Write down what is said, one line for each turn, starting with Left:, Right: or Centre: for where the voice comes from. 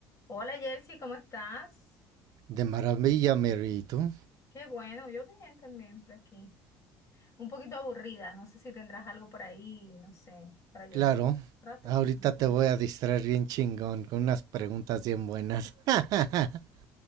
Left: Hola Jersey, ¿cómo estás?
Right: De maravilla, Mary. ¿Y tú?
Left: Qué bueno, yo bien también por aquí. Un poquito aburrida, no sé si tendrás algo por ahí, no sé, para yo
Right: Claro.
Left: dis- un rato.
Right: Ahorita
Left: como siempre.
Right: te voy a distraer bien chingón con unas preguntas bien buenas. <laughs>